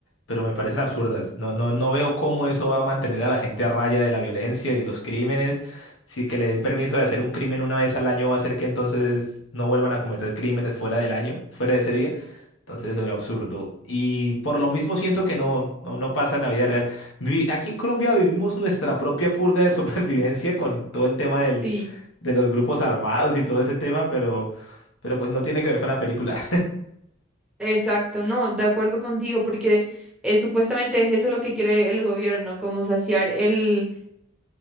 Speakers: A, on the left; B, in the centre.
A: pero me parecen absurdas. No, no, no veo cómo eso va a mantener a la gente a raya de la violencia y de los crímenes. Si que le den permiso de hacer un crimen una vez al año va a hacer que entonces no vuelvan a cometer crímenes fuera del año, fuera de ese día. Entonces se ve absurdo. Y por lo mismo siento que no, no, no pasa en la vida real. Vi- aquí en Colombia vivimos nuestra propia purga de <laughs> supervivencia con todo el tema del,
B: Sí.
A: de los grupos armados y todo ese tema, pero, pero pues no tiene que ver con la película.
B: Exacto, no, de acuerdo contigo, porque eh, supuestamente es eso lo que quiere el gobierno, como saciar el,